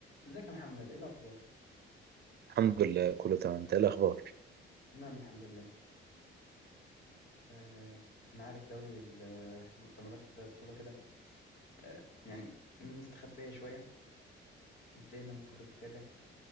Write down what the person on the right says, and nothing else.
الحمد لله كله تمام انت ايه الاخبار